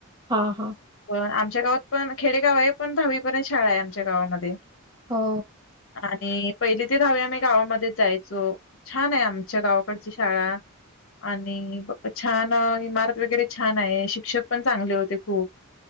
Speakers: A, on the right (about 20°); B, on the left (about 60°).
A: हां, हां.
B: पण आमच्या गावात पण खेडेगाव आहे पण दहावीपर्यंत शाळा आहे आमच्या गावामध्ये.
A: हो.
B: आणि पहिली ते दहावी आम्ही गावामध्येच जायचो छान आहे आमच्या गावाकडची शाळा आणि छान इमारत वगैरे छान आहे शिक्षक पण चांगले होते खूप